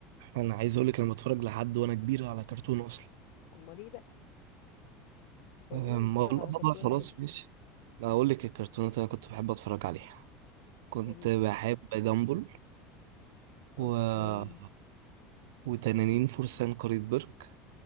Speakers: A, on the right; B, on the left.
A: أنا عايز أقولك أنا بتفرج لحد وأنا كبير على كرتون أصلا
B: امال ايه بقى كلنا
A: أم،
B: بنتفرج
A: والله
B: على كرتون
A: بقى خلاص
B: عادي
A: ماشي ما اقول لك الكرتونات اللي انا كنت بحب اتفرج عليها كنت
B: قال
A: بحب جامبل و
B: اوكي
A: وتنانين فرسان قرية برك